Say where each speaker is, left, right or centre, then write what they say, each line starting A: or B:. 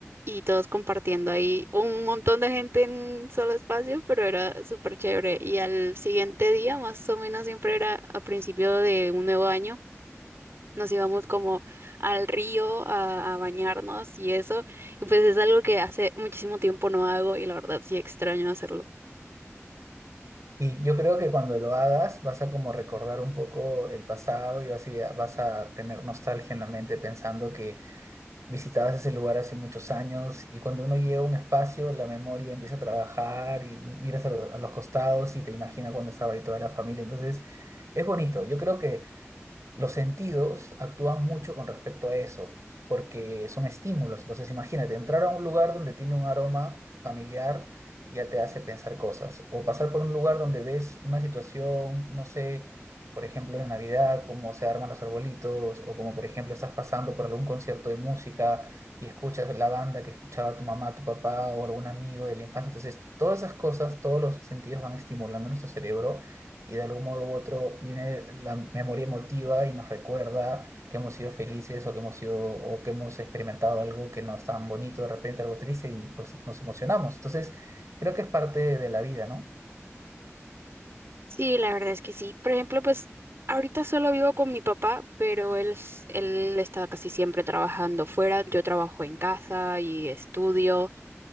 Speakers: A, on the right; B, on the right.
A: Y todos compartiendo ahí un montón de gente en un solo espacio, pero era súper chévere. Y al siguiente día, más o menos siempre era a principio de un nuevo año, Nos íbamos como al río a, a bañarnos y eso. Y pues es algo que hace muchísimo tiempo no hago y la verdad sí extraño hacerlo.
B: Y yo creo que cuando lo hagas vas a como recordar un poco el pasado y vas a, vas a tener nostalgia en la mente pensando que visitabas ese lugar hace muchos años y cuando uno llega a un espacio la memoria empieza a trabajar y miras a, lo- a los costados y te imaginas cuando estaba ahí toda la familia. Entonces es bonito. Yo creo que... Los sentidos actúan mucho con respecto a eso, porque son estímulos. Entonces, imagínate, entrar a un lugar donde tiene un aroma familiar ya te hace pensar cosas, o pasar por un lugar donde ves una situación, no sé, por ejemplo, en Navidad, cómo se arman los arbolitos, o como por ejemplo estás pasando por algún concierto de música y escuchas la banda que escuchaba tu mamá, tu papá o algún amigo de la infancia. Entonces, todas esas cosas, todos los sentidos van estimulando nuestro cerebro y de algún modo u otro viene la memoria emotiva y nos recuerda que hemos sido felices o que hemos sido o que hemos experimentado algo que no es tan bonito, de repente algo triste y pues nos emocionamos. Entonces, creo que es parte de la vida, ¿no?
A: Sí, la verdad es que sí. Por ejemplo, pues ahorita solo vivo con mi papá, pero él, s- él está casi siempre trabajando fuera. Yo trabajo en casa y estudio